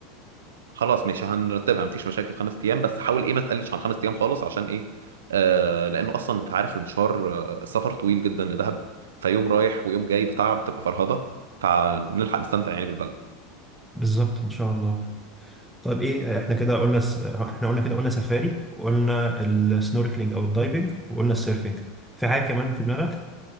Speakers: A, on the right; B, in the centre.
A: خلاص ماشي هنرتبها مفيش مشاكل خمس ايام بس حاول ايه ما تقلش عن خمس ايام خالص عشان ايه آه لانه اصلا انت عارف المشوار آه، السفر طويل جدا لدهب فيوم رايح ويوم جاي بتاع بتبقى فرهضه فنلحق نستمتع يعني بالبلد
B: بالظبط ان شاء الله طب ايه احنا كده قلنا س... احنا قلنا كده قلنا سفاري وقلنا السنوركلينج او الدايفنج وقلنا السيرفنج في حاجه كمان في دماغك